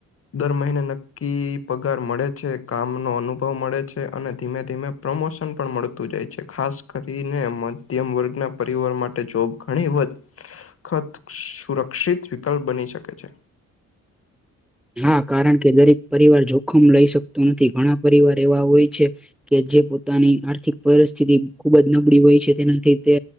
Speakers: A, on the left (about 50°); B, in the centre.
A: દર મહિને નક્કી પગાર મળે છે કામનો અનુભવ મળે છે અને ધીમે ધીમે પ્રમોશન પણ મળતું જાય છે ખાસ કરીને મધ્યમ વર્ગના પરિવાર માટે જોબ ઘણી વ ખત સુરક્ષિત વિકલ્પ બની શકે છે.
B: હા કારણ કે દરેક પરિવાર જોખમ લઈ શકતું નથી ઘણાં પરિવાર એવા હોય છે કે જે પોતાની આર્થિક પરિસ્થિતિ ખૂબ જ નબળી હોય છે તેનાથી તે